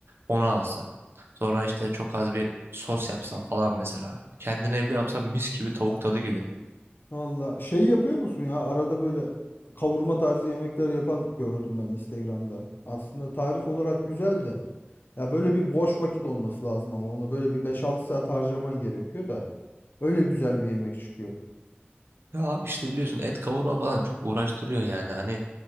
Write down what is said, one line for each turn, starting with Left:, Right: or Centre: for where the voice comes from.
Right: onu alsak. Sonra işte çok az bir sos yapsan falan mesela. Kendin evde yapsan mis gibi tavuk tadı gelir ya.
Left: Valla şey yapıyor musun ya arada böyle kavurma tarzı yemekler yapan gördüm ben Instagram'da. Aslında tarif olarak güzel de. Ya böyle bir boş vakit olması lazım ama ona böyle bir beş altı saat harcaman gerekiyor da. Öyle güzel bir yemek çıkıyor.
Right: Ya abi işte biliyorsun et kavurma falan çok uğraştırıyor yani hani